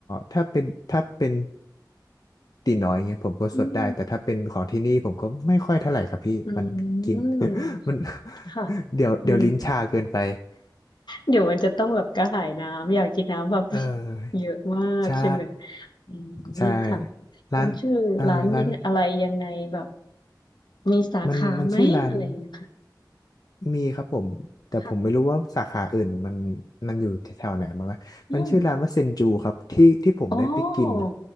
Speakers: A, on the left; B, on the left.
A: ถ้าเป็นถ้าเป็นตีน้อยเงี้ยผมก็สดได้แต่ถ้าเป็นของที่นี่ผมก็ไม่ค่อยเท่าไหร่ครับพี่มันกิน
B: อืมอืม
A: <laughs> มัน
B: ค่ะ
A: <laughs> เดี๋ยวเดี๋ยวลิ้นชาเกินไป
B: อืมเดี๋ยวมันจะต้องแบบกระหายน้ำอยากกินน้ำแบบ <laughs>
A: เออ
B: เยอะมากใช่ไหม
A: ใช่
B: อืม
A: ใช่
B: ค่ะ
A: ร้านเอ่อร้าน
B: มันชื่อร้านนี้อะไรยังไงแบบมีสาขาไหมอะไรอย่างเงี้ยค่ะ
A: มันมันชื่อร้านมีครับผมแต่ผมไม่รู้ว่าสาขาอื่นมัน
B: ค่ะ
A: มันอยู่แถวๆไหนบ้างนะมันชื่อร้านว่าเซนจูครับที่ที่ผมได้ไปกินน่ะ
B: อืม อ๋อ